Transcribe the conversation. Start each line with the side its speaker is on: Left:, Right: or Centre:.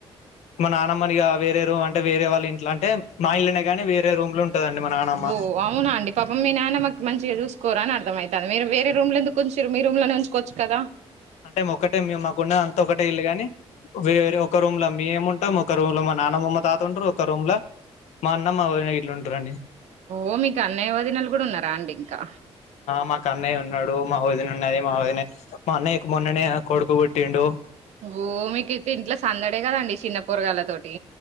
Left: మ నానమ్మనిగా వేరే రూ అంటేర వాళ్ళ ఇంట్ల అంటే మా ఇల్లునే గాని వేరే రూమ్ లో ఉంటదండి మా నానమ్మ
Right: ఓ అవునా అండి పాపం మీ నానమ్మకి మంచిగా చూసుకోరా అర్థమవుతుంది మీరుేరే రూమ్ ఎందుకు కొంచె మీ రూమ్ లో నుంచకోవచ్చు కదా
Left: అంటే ఒకక్కటే మేము మా గుడా అంత ఒకటే ఇల్లుగాని వేరే ఒక రూమ్ లో మ ఏము ఉంటాము ఒక రూమ్ లో మా నాన్నమ్మ తాత ఉంటారు ఒక రూమ్ లో మా అన్నమ్ మా వదిన ఉంటారండి
Right: ఓ మీకు అన్నయ్యవాదినలు కూడా ఉన్నారా అండి ఇంకా
Left: మా క అన్నయ ఉన్నాడు మా వదిన ఉన్నది మ వదిన మ అన్నయ్యకు మొన్ననే కొడుకు పట్టిడు
Right: ఒ మీకుైతే ఇంట్ల సందడే కదండి చిన్నపోరగాంల్లతోటి